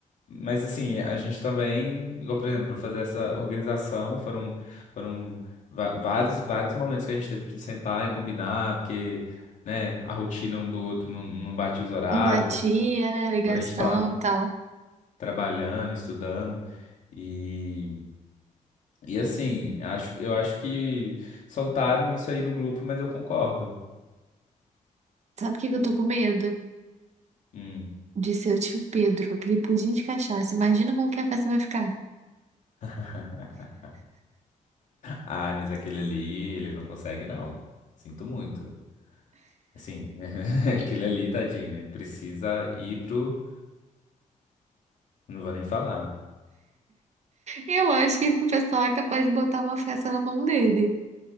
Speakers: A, on the left (about 65°); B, on the right (about 55°).
A: Mas assim, a gente também, igual, por exemplo, para fazer essa organização, foram, foram va- vários, vários momentos que a gente teve que sentar e combinar, porque, né, a rotina um do outro não, não batia os horários,
B: Batia, né? Ligação
A: quando a gente tá
B: e tal.
A: trabalhando, estudando. E, e assim, acho, eu acho que soltaram isso aí no grupo, mas eu concordo.
B: Sabe o que que eu tô com medo?
A: Hum.
B: De seu tio Pedro, aquele pudim de cachaça. Imagina como que a festa vai ficar.
A: <laughs> Ai, mas aquele ali, ele não consegue, não. Sinto muito. Assim, <laughs> aquele ali, tadinho, ele precisa ir pro. Não vou nem falar.
B: Eu acho que o pessoal é capaz de botar uma festa na mão dele.